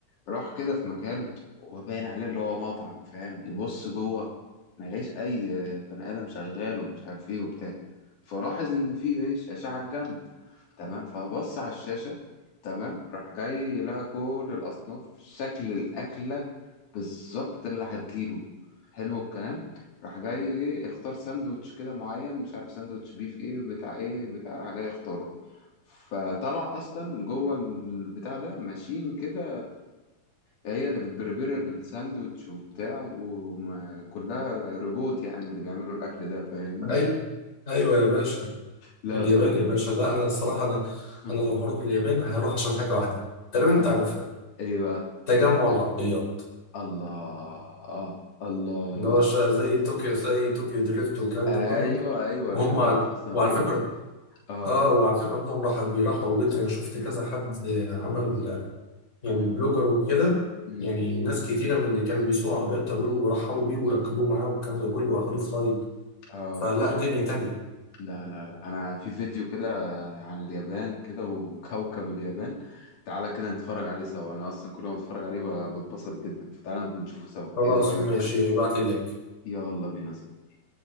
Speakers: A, on the left (about 75°); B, on the left (about 20°).
A: راح كده في مكان هو باين عليه اللي هو مطعم فاهم يبص جوه ما يلاقيش اي بني ادم شغال ومش عارف ايه وبتاع فلاحظ ان في ايه شاشه على الجنب تمام فبص على الشاشه تمام راح جاي لقى كل الاصناف شكل الاكله بالظبط اللي هتجيله حلو الكلام راح جاي ايه اختار ساندوتش كده معين مش عارف ساندوتش بيف ايه بتاع ايه بتاع راح جاي اختاره فطلع اصلا جوه البتاع ده ماشين كده هي اللي بتبربر الساندوتش وبتاع وكلها روبوت يعني اللي بيعملوا الاكل ده فاهمني
B: ايوه ايوه يا باشا
A: لا
B: اليابان
A: فانا
B: يا باشا لا انا الصراحه انا
A: <laughs>
B: انا لو هروح اليابان هروح عشان حاجه واحده تقريبا انت
A: اه
B: عارفها
A: ايه بقى
B: تجمع العربيات
A: الله اه الله
B: اللي هو ش- زي طوكيو زي طوكيو دريفت والكلام
A: ايوه
B: ده كله
A: ايوه
B: وهم
A: اللي كان طالع
B: ع-
A: في فاست اند
B: وعلى
A: فيريوس
B: فكره
A: اه
B: اه وعلى فكره هم راح بيرحبوا جدا انا شفت كذا حد عمل يعني
A: امم
B: بلوجر وكده
A: امم
B: يعني ناس كتيره من اللي كانوا بيسوقوا عربيات قالوا له ورحبوا بيه وركبوه معاه والكلام ده كله واخدوه في رايد
A: اه
B: فلا دنيا تانية
A: لا لا لا انا في فيديو كده عن اليابان كده وكوكب اليابان تعالى كده نتفرج عليه سوا انا اصلا كل ما اتفرج عليه ب- بتبسط جدا فتعالى نشوفه سوا
B: خلاص
A: ايه رأيك
B: ماشي ابعت لي اللينك
A: يلا بينا يا صديقي